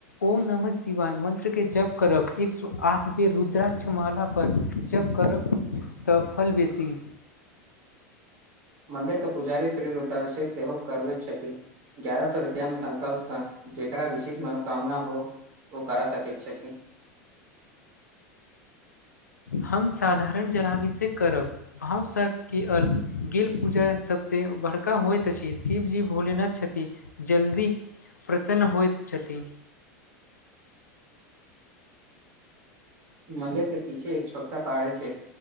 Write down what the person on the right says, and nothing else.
मन्दिरके पुजारी श्री रुद्धाभिषेक सेहो करबैत छथि। गगारह सए रुपआ में संकल्प सँ जेकरा विशेष मनोकामना हो। ओ करा सकैत छथिन।
मन्दिर के पीछे एक छोटका पहाड़ी छै।